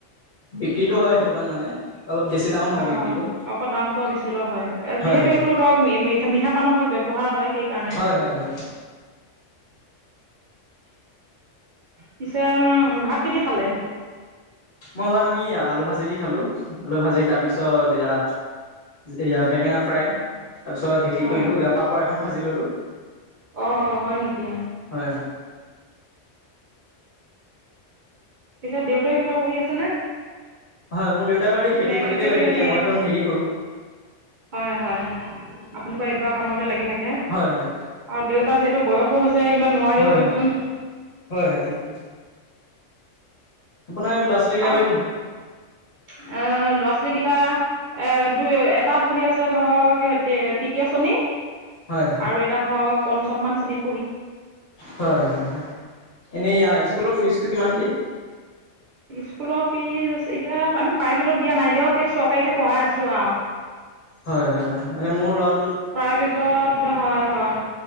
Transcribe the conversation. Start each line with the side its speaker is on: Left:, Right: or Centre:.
Left: বিক্ৰীটো হয় সেইটো পান মানে অলপ বেছি দামত
Right: হয়
Left: বিক্ৰীটো।
Right: হয় আকৌ দামটো আৰু বেছি লোৱা হয় যিহেতু
Left: হয় হয়
Right: এইটো ধৰক মিঠা মিঠা পানত ধৰক ব্যৱহাৰ হয় সেইকাৰণে।
Left: হয় হয় হয়
Right: পিছে উ ভাত কিদি খালে।
Left: মই ভাত আমি আলু ভাজি দি খালো আলু ভাজি তাৰপিছত এয়া এয়া বেঙেনা ফ্ৰাই, তাৰপিছত হেৰি
Right: হয়
Left: কৰিলো পাপৰ এখন ভাজি ললো
Right: অঁ হয় নেকি
Left: হয়।
Right: পিছত দেউতাই কিবা কৰি আছে
Left: হয় মোৰ দেউতাই বাৰু এই
Right: নে
Left: বাতিতে
Right: খেতি
Left: লাগি
Right: বাতিয়ে
Left: দিয়ে মইতো হেৰি কৰো
Right: হয় হয় আপুনি বা এইবাৰ কামতে লাগি থাকে। আৰু
Left: হয় হয়
Right: দেউতা যিহেতু বয়সো হৈছে ইমান নোৱাৰিও
Left: হয় হয়
Right: দিয়কচোন।
Left: হয় হয় ঠিক, আপোনাৰ ল'ৰা ছোৱালী কেইটা
Right: আপু
Left: এইবাৰ কিহত
Right: অহ লৰা ছোৱালীকেইটা, এ দুই এটা পঢ়ি আছে ধৰক তৃতীয় শ্ৰেণী,
Left: হয়
Right: আৰু এটা ধৰক পঞ্চম মান শ্ৰেণী,
Left: হয় হয় হয় এনেই স্কুলৰ ফিজটো কিমান কে,
Right: স্কুলৰ ফিজ এতিয়া আমি প্ৰাইভেটত দিয়া নাই দিয়ক চৰকাৰীতে পঢ়াই আছো আৰু
Left: হয় হয় হয় মানে মোৰ ল'ৰা
Right: প্ৰাইভেটত হয় হয়।